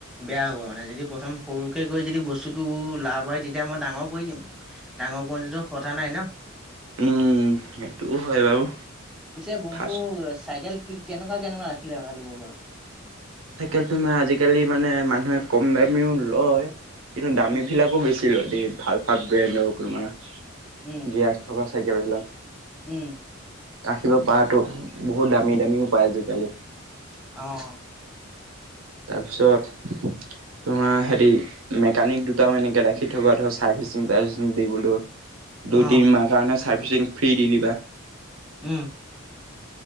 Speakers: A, in the centre; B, on the right.
A: বেয়া হ'ব মানে, যদি প্ৰথম সৰুকে কৰি যদি বস্তুটো লাভ হয়, তেতিয়া মই ডাঙৰ কৰি দিম। ডাঙৰ <unintelligible> নাই ন
B: উম সেইটোও হয় বাৰু।
A: পিছে বন্ধু
B: ফাৰ্ষ্ট
A: চাইকেল কি কেনেকুৱা কেনেকুৱা ৰাখিলে ভাল হ'ব বাৰু?
B: চাইকেল তোমাৰ আজিকালি মানে মানুহে কম দামীও লয়, কিন্তু দামী
A: উম
B: বিলাকো বেছি ভাল ভাল ব্ৰেণ্ডৰ <unintelligible> গিয়াৰ
A: উম
B: থকা চাইকেলবিলাক
A: উম।
B: ৰাখিব পৰাতো, বহুত দামী দামীও পায় আজিকালি।
A: অ।
B: তাৰপিছত তোমাৰ হেৰি মেকানিক দুটাও এনেকে ৰাখি থবা ধৰ চাৰ্ভিচিং তাৰ্ভিচিং দিবলৈ। দুই
A: অ
B: তিনিমাহ কাৰণে চাৰ্ভিচিং ফ্ৰী দি দিবা।
A: উম।